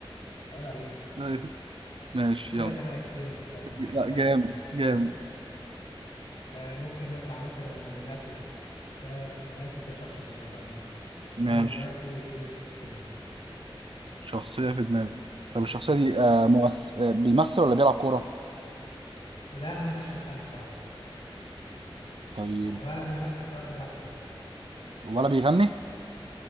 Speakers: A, on the left (about 80°); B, on the right (about 70°).
A: عيب عليك
B: أيوة. ماشي
A: قلت
B: يلا
A: لك انا اكيل مش هتقف معايا
B: لا
A: طيب
B: جامد
A: ماشي
B: جامد
A: بص، آه ممكن نطلع مثلا من الاكل شويه والحيوانات نخش على الشخصيات بقى ننفع
B: ماشي
A: انا دلوقتي في شخص في دماغي
B: شخصية في دماغك طب الشخصية دي آه ممس... آه بيمثل ولا بيلعب كورة؟
A: لا انا ماليش في الفن صراحه
B: طيب
A: يعني ولا ممثل ولا بيلعب كوره
B: ولا بيغني؟